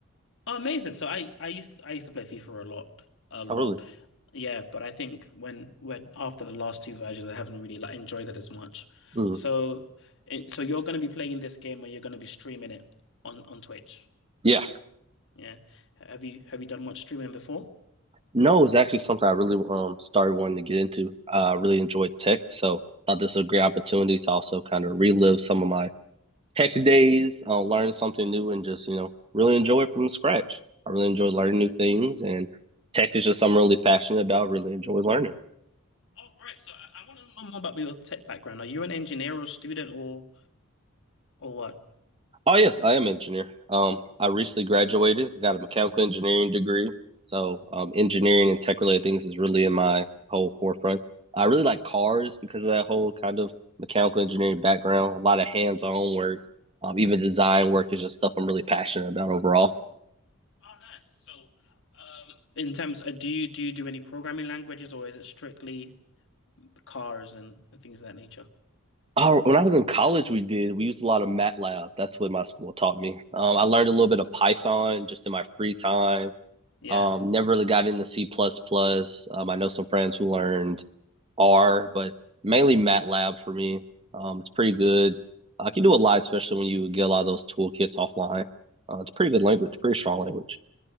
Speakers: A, on the left (about 60°); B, on the right (about 25°).
A: Oh, amazing. So I I used I used to play FIFA a lot, a lot.
B: Oh, really?
A: Yeah, but I think when when after the last two versions, I haven't really like enjoyed it as much.
B: Mm.
A: So it, so you're going to be playing this game or you're going to be streaming it on on Twitch.
B: Yeah.
A: Yeah. Have you have you done much streaming before?
B: No, it's actually something I really um started wanting to get into. Uh, I really enjoy tech, so I thought this was a great opportunity to also kind of relive some of my tech days, uh, learn something new, and just you know really enjoy it from scratch. I really enjoy learning
A: Oh,
B: new things, and tech is just something I'm really passionate about. Really enjoy learning.
A: oh great. So I, I want to know more about your tech background. Are you an engineer or student or or what?
B: Oh yes, I am an engineer. Um, I recently graduated. got a mechanical engineering degree. So um, engineering and tech related things is really in my whole forefront. I really like cars because of that whole kind of mechanical engineering background. A lot of hands on work, um, even design work is just stuff I'm really passionate about overall.
A: Oh, nice. So um in terms uh do you do you do any programming languages or is it strictly cars and, and things of that nature.
B: Oh, when I was in college, we did. We used a lot of MATLAB. That's what my school taught me. Um, I learned a little bit of Python just in my free time.
A: Yeah.
B: Um, never really got into C++. plus plus. Um, I know some friends who learned R, but mainly MATLAB for me. Um, it's pretty good. I can do a lot, especially when you get a lot of those toolkits offline. Uh, it's a pretty good
A: Yeah.
B: language, pretty strong language.